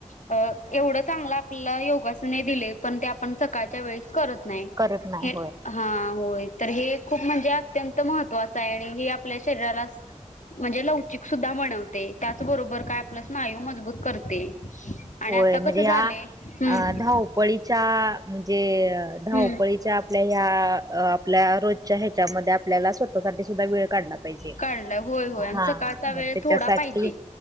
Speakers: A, on the left; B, on the right.
A: अ एवढं चांगलं आपला योगासने दिले पण त्या आपण सकाळच्या वेळेस करत नाही,
B: करत नाही होय
A: हां होय तर हे खूप म्हणजे अत्यंत महत्त्वाचं आहे आणि हे आपल्या शरीराला म्हणजे लवचिक सुद्धा बनवते त्याच बरोबर काय आपलं स्नायू मजबूत करते. आणि
B: होय
A: आता
B: म्हणजे
A: कसं
B: ह्या
A: झालंय हम्म
B: अ धावपळीच्या म्हंजे धावपळीच्या
A: हम्म
B: आपल्या ह्या अ आपल्या रोजच्या ह्याच्यामध्ये आपल्याला स्वतः सुद्धा वेळ काढला पाहिजे,
A: काढलाय होय होय
B: हा
A: आणि सकाळचा
B: हा मगं
A: वेळ
B: त्याच्यासाठी
A: थोडा पाहिजे.